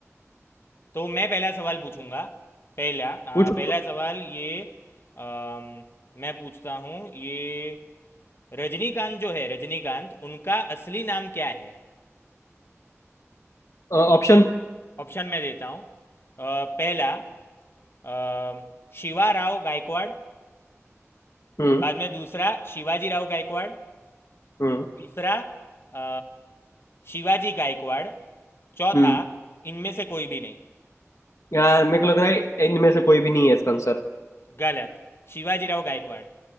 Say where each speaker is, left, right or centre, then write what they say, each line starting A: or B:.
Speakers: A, on the left; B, on the left.
A: तो मैं पहला सवाल पूछूंगा पहला आ,
B: पूछो
A: पहला सवाल ये अम, मैं पूछता हूँ ये रजनीकांत जो है रजनीकांत उनका असली नाम क्या है
B: ऑप्शन
A: ऑप्शन मैं देता हूँ अ, पहला अ, शिवा राव गायकवाड़
B: हम्म
A: बाद में दूसरा शिवाजी राव गायकवाड़
B: हम्म
A: तीसरा अ, शिवाजी गायकवाड़ चौथा
B: हम्म
A: इनमें से कोई भी नहीं
B: यार मेरे को लग रहा है इनमें से कोई भी नहीं है इसका आंसर
A: गलत शिवाजी राव गायकवाड़